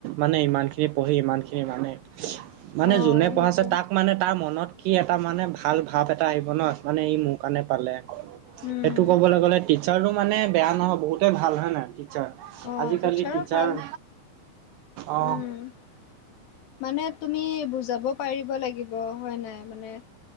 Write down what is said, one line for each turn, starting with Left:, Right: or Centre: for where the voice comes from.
Right: মানে ইমানখিনি পঢ়ি ইমানখিনি মানে -
Left: <unintelligible>
Right: মানে
Left: অ',
Right: যোনে পঢ়াছে
Left: সেইটো
Right: তাক মানে তাৰ মনত - কি এটা মানে ভাল ভাৱ এটা আহিব ন মানে ই মোৰ কাৰণে পালে।
Left: উম,
Right: সেইটো কবলে গ'লে টিচাৰ‌ও মানে বেয়া নহয় বহুতে ভাল হয় নাই টিচাৰ।
Left: অ
Right: আজিকালি
Left: টিচাৰো
Right: টিচাৰ
Left: ভাল,
Right: অ',
Left: উম। মানে তুমি বুজাব পাৰিব লাগিব হয় নাই মানে -